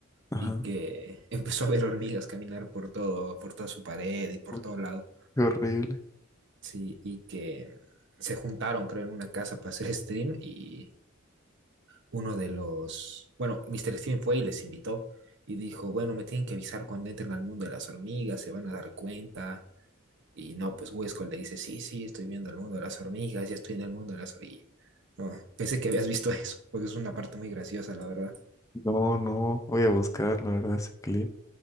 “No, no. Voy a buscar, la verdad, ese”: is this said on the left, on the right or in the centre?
Left